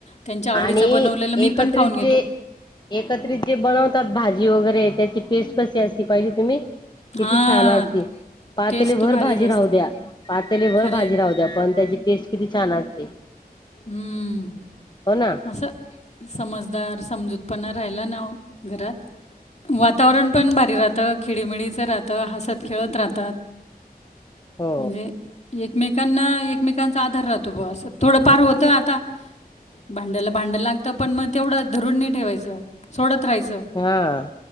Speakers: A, on the left; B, on the left.
A: त्यांच्या आवडीचं
B: आणि
A: बनवलेलं मी
B: एकत्रित
A: पण खाऊन घेतो.
B: जे एकत्रित जे बनवतात भाजी वगैरे अे त्याची टेस्ट कशी असती पाहिजे तुम्ही किती
A: हां,
B: छान असती पातेली
A: टेस्ट
B: भर
A: भारीच
B: भाजी
A: असते.
B: राहू द्या पातेली भर
A: खरं
B: भाजी
A: आहे.
B: राहू द्या पण त्याची टेस्ट किती छान असते
A: हम्म
B: हो ना
A: असं समजदार समजूतपना राहिला ना घरात वातावरण पण भारी राहत खिळीमिळीच राहतं हसत खेळत राहत
B: हो
A: म्हणजे एकमे ना एकमेकांचा आधार राहतो ब अस थोडंफार होत आता भांड्याला भांड लागतं पण मग तेवढं धरून नाही ठेवायचं सोडत राहायचं
B: हा